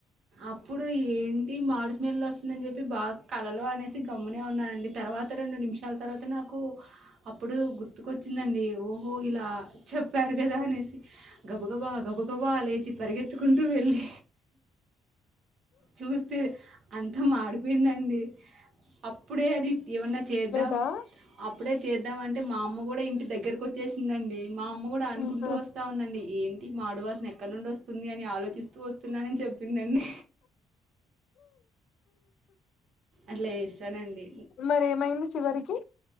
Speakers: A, on the right; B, on the left.
A: అప్పుడు ఏంటి మాడు స్మెల్లు వస్తుందని చెప్పి బాగా కలలో అనేసి గమ్మునే ఉన్నానండి తర్వాత రెండు నిమ్ షాల తర్వత నాకు అప్పుడు గుర్ గుర్తుకొచ్చిందండి ఓహో ఇల చెప్పారు కదా అనేసి గబగబా గబగబా లేచి పరిగెత్తుకుంటూ వెళ్ళి చూస్తే అంత మాడిపోయిందండి అప్పుడే అది ఎవన్న చేద్
B: పా
A: అప్పుడే చేద్దాం అంటే మా అమ్మ కూడ ఇంటి దగ్గరకు వచ్చేసిందండి మా అమ్మ కూడ అనుకుంటూ
B: ఆహా
A: వస్తావుందండి ఏంటి మాడువాసన ఎక్కడ నుండి వస్ స్తుంది అని ఆలోచిస్తూ వస్తున్నానని చెప్పిందండి అట్లా చేస్తానండి
B: మరేమైంది చివరికి